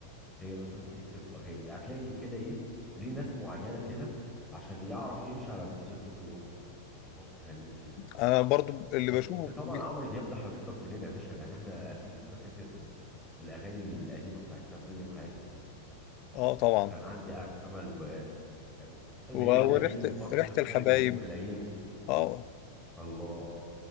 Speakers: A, in the centre; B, on the left.
A: هي مثلا بتكتب له اغاني هتلاقي كده ايه ليه ناس معينه كده عشان يعرف يمشي على نفس اللون اللي هو ايه اللي هو بيغنيه وكده يعني.
B: انا برضو اللي
A: بس
B: بشوفه
A: طبعا
B: بي-
A: عمرو دياب ده حبيبنا كلنا يا باشا يعني احنا اكيد انت فاكر الاغاني القديمه بتاعت تملي معاك و...
B: اه طبعا
A: وكان عندي امل و... اللي
B: و-
A: هي القديمه
B: وريحة
A: برضو
B: ريحة
A: كانت
B: الحبايب
A: حلوه ونور العين
B: اه
A: الله